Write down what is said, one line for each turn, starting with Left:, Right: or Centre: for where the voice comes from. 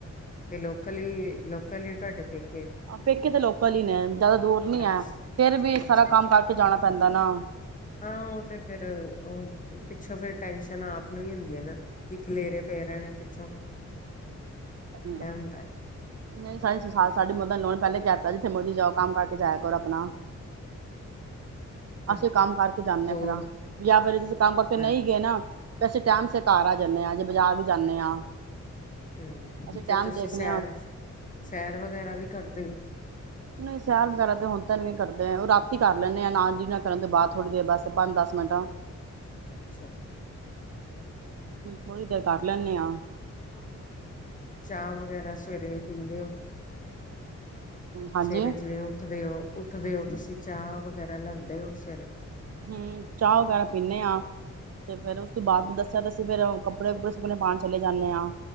Left: ਤੇ ਲੋਕਲ ਹੀ ਲੋਕਲ ਈ ਤੁਹਾਡੇ ਪੇਕੇ।
Right: ਪੇਕੇ ਤਾਂ ਲੋਕ ਕਲੀ ਨੇ ਜ਼ਿਆਦਾ ਦੂਰ ਨੀ
Left: ਅੱਛ
Right: ਹੈ ਫੇਰ ਵੀ ਸਾਰਾ
Left: ਅੱਛਾ ਅੱਛਾ
Right: ਕੰਮ ਕਰਕੇ ਜਾਣਾ ਪੈਂਦਾ ਨਾ
Left: ਹਾਂ ਉਹ ਤੇ ਫਿਰ ਉਹ ਪਿੱਛੋਂ ਫਿਰ ਟੈਂਸ਼ਨ ਆਪ ਨੂੰ ਹੀ ਹੁੰਦੀ ਨਾ ਕੀ ਖਲੇਰੇ ਪਏ ਰਹਿਣੇ ਪਿੱਛੋਂ।
Right: ਹਮ
Left: ਇਹ ਹੁੰਦਾ
Right: ਨਹੀਂ ਸਾਡੀ ਸਾਡੀ ਮਲਨ ਪਹਿਲੇ ਕਹਿ <unintelligible> ਜਿੱਥੇ ਮਰਜੀ ਜਾਓ ਕੰਮ ਕਰਕੇ ਜਾਇ ਕਰ ਆਪਣਾ।
Left: ਹੈ
Right: ਅਸੀਂ ਕੰਮ ਕਰਕੇ ਜਾਂਦੇ
Left: ਦੋ
Right: ਹਾਂ ਫੇਰ ਜਾਂ ਫਿਰ ਅਸੀ ਕੰਮ ਕਰਕੇ
Left: ਹਾਂਜੀ
Right: ਨਹੀਂ ਗਏ ਨਾ ਅਸੀੇ ਟਾਈਮ ਤੇ ਘਰ ਆ ਜਾਨਦੇ ਹਾਂ ਜੇ ਬਾਜ਼ਾਰ ਵੀ ਜਾਨਦੇ ਹਾਂ।
Left: ਹਮ
Right: ਅਸੀਂ
Left: ਤੇ
Right: ਟਾਈਮ
Left: ਤੁਸੀਂ
Right: ਦੇਖਦੇ
Left: ਸੈਰ
Right: ਹਾਂ
Left: ਸੈਰ ਵਗੈਰਾ ਵੀ ਕਰਦੇ ਹੋ।
Right: ਨਹੀਂ ਸੈਰ ਵਗੈਰਾ ਤੇ ਹੁਣ ਤਾਂ ਨ ਕਰਦੇ ਉਹ ਰਾਤੀ ਕਰ ਲੈਂਦੇ ਆ ਨਾ ਜੀ ਨਾ <unintelligible> ਕਰਨ ਤੋਂ ਬਾਅਦ ਥੋੜ੍ਹੀ ਦੇਰ ਬਸ ਪੰਜ ਦਸ ਮਿੰਟ।
Left: ਅੱਛਾ ਜੀ।
Right: ਥੋੜ੍ਹੀ ਦੇਰ ਕਰ ਲੈਨਦੇ ਆਂ।
Left: ਚਾਹ ਵਗੈਰਾ ਸਵੇਰੇ ਪੀਂਦੇ ਹੋ।
Right: ਹਾਂਜੀ
Left: ਸਵੇਰੇ ਜਿਵੇਂ ਉੱਠਦੇ ਹੋ ਉਠ ਰੱਖਦੇ ਹੋ ਤੁਸੀਂ ਚਾਹ ਵਗੈਰਾ ਲੈਂਦੇ ਹੋ ਸਵੇਰੇ।
Right: ਹਮ ਚਾਹ ਵਗੈਰਾ ਪੀਨੇ ਹਾਂ। ਤੇ ਫੇਰ ਉਸ ਤੋਂ ਬਾਅਦ ਨੂੰ ਦੱਸਿਆ ਤਾਂ ਅ ਫੇਰ ਕੱਪੜੇ ਕੁੱਪੜੇ ਸੁਖਣੇ ਪਾਉਣ ਚਲੇ ਜਾਂਦੇ ਹਾਂ।